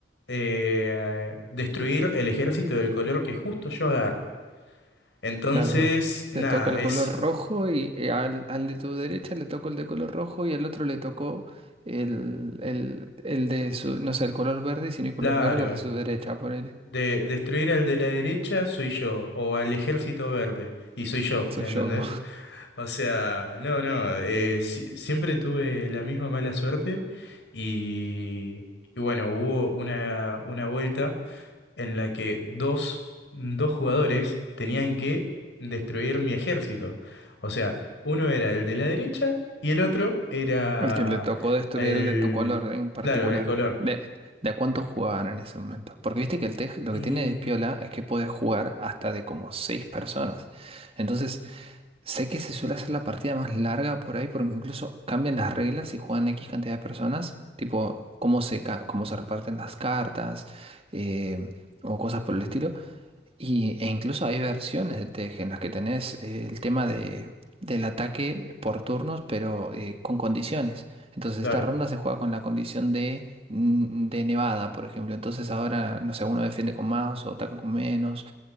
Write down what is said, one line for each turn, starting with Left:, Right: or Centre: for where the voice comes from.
Left: eh, destruir el ejército del color que justo yo agarro. Entonces,
Right: Claro,
Left: nada,
Right: te toca el
Left: es
Right: color rojo y eh, al, al de tu derecha le tocó el de color rojo y al otro le tocó el, el, el de su, no sé, el color verde, sino el
Left: claro.
Right: color verde al de su derecha, ponele.
Left: De destruir al de la derecha soy yo, o al ejército verde, y soy yo,
Right: Soy
Left: ¿entendés?
Right: yo.
Left: O sea, no, no, eh, si- siempre tuve la misma mala suerte y, y bueno, hubo una, una vuelta en la que dos, dos jugadores tenían que destruir mi ejército. O sea, uno era el de la derecha y el otro era
Right: El que le tocó destruir
Left: el,
Right: le tocó al orden en particular.
Left: claro, el color.
Right: ¿De, de a cuánto jugaban en ese momento? Porque viste que el TEG lo
Left: Y
Right: que tiene de piola es que puede jugar hasta de como seis personas. Entonces, sé que se suele hacer la partida más larga por ahí, porque incluso cambian las reglas y juegan X cantidad de personas, tipo cómo se, ca- cómo se reparten las cartas eh, o cosas por el estilo. Y, e incluso hay versiones de TEG en las que tenés eh, el tema de, del ataque por turnos, pero eh, con condiciones. Entonces
Left: claro,
Right: esta ronda se juega con la condición de, mm, de nevada, por ejemplo. Entonces ahora, no sé, uno defiende con más o ataca con menos